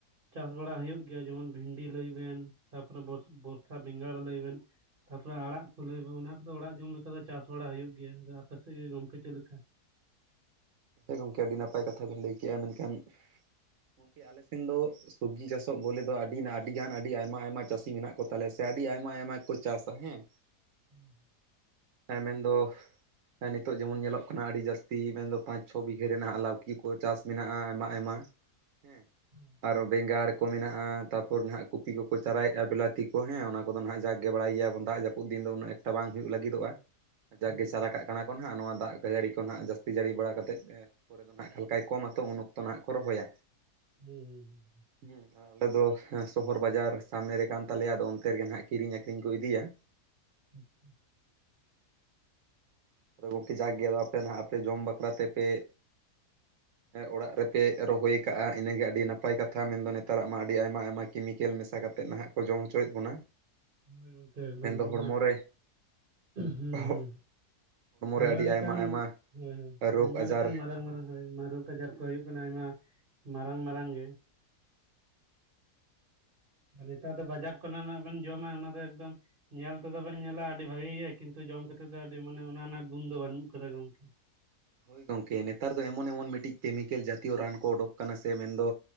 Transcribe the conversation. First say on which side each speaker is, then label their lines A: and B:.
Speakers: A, on the right; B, on the right.
A: ᱪᱟᱥ ᱵᱟᱲᱟ ᱦᱩᱭᱩᱜ ᱜᱮᱭᱟ ᱡᱮᱢᱚᱱ ᱵᱷᱤᱱᱰᱤ ᱞᱟᱹᱭ ᱵᱮᱱ ᱛᱟᱯᱚᱨᱮ ᱵᱚᱥ ᱵᱚᱨᱥᱟ ᱵᱮᱸᱜᱟᱲ ᱞᱟᱹᱭ ᱵᱮᱱ ᱛᱟᱯᱚᱨᱮ ᱟᱲᱟᱜ ᱠᱚ ᱞᱟᱹᱭ ᱚᱱᱟ ᱠᱚᱫᱚ ᱟᱲᱟᱜ ᱡᱚᱢ ᱞᱮᱠᱟ ᱫᱚ ᱪᱟᱥ ᱵᱟᱲᱟ ᱦᱩᱭᱩᱜ ᱜᱮᱭᱟ ᱟᱫᱚ ᱟᱯᱮ <inaudible> ᱜᱚᱢᱠᱮ ᱪᱮᱫ ᱞᱮᱠᱟ
B: ᱦᱮ ᱜᱚᱢᱠᱮ ᱟᱹᱰᱤ ᱱᱟᱯᱟᱭ ᱠᱟᱛᱷᱟ ᱵᱤᱱ ᱞᱟᱹᱭ ᱠᱮᱜᱼᱟ ᱢᱮᱱᱠᱷᱟᱱ ᱜᱚᱢᱠᱮ ᱟᱞᱮ ᱥᱮᱱ ᱫᱚ ᱥᱚᱵᱡᱤ ᱪᱟᱥᱚᱜ ᱵᱚᱞᱮ ᱫᱚ ᱟᱹᱰᱤ ᱟᱹᱰᱤ ᱥᱚᱵᱡᱤ ᱪᱟᱥᱚᱜ ᱵᱚᱞᱮ ᱫᱚ ᱟᱹᱰᱤ ᱱᱟ ᱟ. ᱰᱤ ᱜᱟᱱ ᱟ. ᱰᱤ ᱟᱭᱢᱟ ᱟᱭᱢᱟ ᱪᱟᱹᱥᱤ ᱢᱮᱱᱟᱜ ᱠᱚ ᱛᱟᱞᱮᱭᱟ ᱥᱮ ᱟᱹᱰᱤ ᱟᱭᱢᱟ ᱟᱭᱢᱟ ᱜᱮ <inaudible> ᱠᱚ ᱪᱟᱥᱟ ᱦᱮᱸ
A: ᱦᱮᱸ <inaudible>
B: ᱦᱮᱸ ᱢᱮᱱᱫᱚ ᱦᱮ ᱱᱤᱛᱚᱜ ᱡᱮᱢᱚᱱ ᱧᱮᱞᱚᱜ ᱠᱟᱱᱟ ᱟᱹᱰᱤ ᱡᱟᱹᱥᱛᱤ ᱢᱮᱱᱫᱚ ᱯᱟᱸᱪ ᱪᱷᱚ ᱵᱤᱜᱷᱟᱹ ᱨᱮᱱᱟᱜ ᱞᱟᱹᱣᱠᱤ ᱠᱚ ᱪᱟᱥ ᱢᱮᱱᱟᱜᱼᱟ ᱟᱭᱢᱟ ᱟᱭᱢᱟ ᱦᱮᱸ
A: <inaudible>
B: ᱟᱨᱚ ᱵᱮᱸᱜᱟᱲ ᱠᱚ ᱢᱮᱱᱟᱜᱼᱟ ᱛᱟᱯᱚᱨ ᱱᱟᱦᱟᱜ ᱠᱩᱯᱤ ᱠᱚᱠᱚ ᱪᱟᱨᱟᱭᱮᱜᱼᱟ ᱵᱞᱟᱹᱛᱤ ᱠᱚ ᱦᱮᱸ ᱚᱱᱟ ᱠᱚᱫᱚ ᱱᱟᱦᱟᱜ ᱡᱟᱜ ᱜᱮ ᱵᱟᱲᱟᱭ ᱜᱮᱭᱟᱵᱚᱱ ᱫᱟᱜ ᱡᱟᱯᱩᱫ ᱩᱫᱤᱱ ᱫᱚ ᱩᱱᱟᱹᱜ ᱮᱠᱴᱟ ᱵᱟᱝ ᱦᱩᱭᱩᱜ ᱞᱟᱹᱜᱤᱫᱚᱜᱼᱟ ᱡᱟᱜ
A: ᱦᱩᱸ
B: ᱜᱮ ᱥᱟᱨᱟ ᱠᱟᱜ ᱠᱟᱱᱟ ᱠᱚᱱ ᱦᱟ ᱱᱚᱣᱟ ᱫᱟᱜ ᱡᱟᱹᱲᱤ <inaudible> ᱠᱚ ᱱᱟᱦᱜ ᱡᱟᱹᱥᱛᱤ ᱡᱟᱹᱲᱤ ᱵᱟᱲᱟ ᱠᱟ ᱛᱮᱫ ᱮᱦ ᱯᱚᱨᱮᱫᱚ ᱱᱟᱦᱟᱜ ᱟᱠᱟᱞᱮᱠᱟᱭ ᱠᱚᱢᱟ ᱛᱚ ᱩᱱ ᱚᱠᱛᱚ ᱱᱟᱦᱟᱜ ᱠᱚ ᱨᱚᱦᱚᱭᱟ
A: ᱦᱩᱸ ᱦᱩᱸ
B: ᱦᱮᱸ ᱟᱨ ᱟᱞᱮ ᱫᱚ ᱦᱟᱸᱜ ᱥᱚᱦᱚᱨ ᱵᱟᱡᱟᱨ ᱥᱟᱢᱱᱮ ᱨᱮ ᱠᱟᱱ ᱛᱟᱞᱮᱭᱟ ᱟᱫᱚ ᱚᱱᱛᱮ ᱨᱮᱜᱮ ᱱᱟᱦᱟᱜ ᱠᱤᱨᱤᱧ ᱟᱹᱠᱷᱨᱤᱧ ᱠᱚ ᱤᱫᱤᱭᱟ
A: <unintelligible>
B: ᱟᱫᱚ ᱜᱚᱝᱠᱮ ᱡᱟᱠ ᱜᱮ ᱟᱫᱚ ᱟᱯᱮ ᱱᱟᱦᱟᱜ ᱟᱯᱮ ᱡᱚᱢ ᱵᱟᱠᱷᱨᱟ ᱛᱮᱯᱮ ᱦᱮ ᱚᱲᱟᱜ ᱨᱮᱯᱮ ᱨᱚᱦᱚᱭ ᱠᱟᱜᱼᱟ ᱤᱱᱟᱹᱜᱮ ᱟᱹᱰᱤ ᱱᱟᱯᱟᱭ ᱠᱟᱛᱷᱟ ᱢᱮᱱᱫᱚ ᱱᱮᱛᱟᱨᱟᱜ ᱢᱟ ᱟᱹᱰᱤ ᱟᱭᱢᱟ ᱟᱭᱢᱟ ᱠᱮᱢᱤᱠᱮᱞ ᱢᱮᱥᱟ ᱠᱟᱛᱮᱫ ᱱᱟᱦᱟᱜ ᱠᱚ ᱡᱚᱢ ᱦᱚᱪᱚᱭᱮᱫ ᱵᱚᱱᱟ
A: <unintelligible> ᱮᱠᱫᱚᱢ
B: ᱢᱮᱱᱫᱚ
A: ᱚᱱᱟ
B: ᱦᱚᱲᱢᱚ ᱨᱮ
A: ᱦᱩᱸ
B: <unintelligible>
A: ᱟᱭᱢᱟ
B: ᱨᱮ ᱟᱹᱰᱤ
A: ᱞᱮᱠᱟᱱ
B: ᱟᱭᱢᱟ
A: ᱦᱳᱭ ᱦᱳᱭ
B: ᱨᱳᱜᱽ
A: ᱟᱭᱢᱟ
B: ᱟᱡᱟᱨ
A: ᱞᱮᱠᱟᱱ ᱢᱟᱨᱟᱝ ᱢᱟᱨᱟᱝ ᱦᱳᱭ ᱢᱟ ᱨᱳᱜᱽ ᱟᱡᱟᱨ ᱠᱚ ᱦᱩᱭᱩᱜ ᱠᱟᱱᱟ ᱟᱭᱢᱟ ᱢᱟᱨᱟᱝ ᱢᱟᱨᱟᱝ ᱜᱮ ᱟᱨ ᱱᱮᱛᱟᱨ ᱫᱚ ᱵᱟᱡᱟᱨ ᱠᱚ ᱨᱮᱱᱟᱜ ᱵᱮᱱ ᱡᱚᱢᱟ ᱚᱱᱟ ᱫᱚ ᱮᱠᱫᱚᱢ ᱧᱮᱞ ᱛᱮᱫᱚ ᱵᱮᱱ ᱧᱮᱞᱟ ᱟᱹᱰᱤ ᱵᱷᱟᱜᱮ ᱜᱮᱭᱟ, ᱠᱤᱱᱛᱩ ᱡᱚᱢ ᱠᱟᱛᱮᱫ ᱫᱚ ᱟᱹᱰᱤ ᱢᱟᱱᱮ ᱚᱱᱟ ᱨᱮᱱᱟᱜ ᱜᱩᱱ ᱫᱚ ᱵᱟᱹᱱᱩᱜ ᱟᱠᱟᱫᱟ ᱜᱚᱝᱠᱮ
B: ᱦᱳᱭ ᱜᱚᱢᱠᱮ ᱱᱮᱛᱟᱨ ᱫᱚ ᱮᱢᱚᱱ ᱮᱢᱚᱱ ᱢᱤᱫᱴᱤᱡ ᱠᱮᱢᱤᱠᱮᱞ ᱡᱟᱹᱛᱤᱭᱚ ᱨᱟᱱ ᱠᱚ ᱳᱰᱳᱠ ᱠᱟᱱᱟ ᱥᱮ ᱢᱮᱱᱫᱚ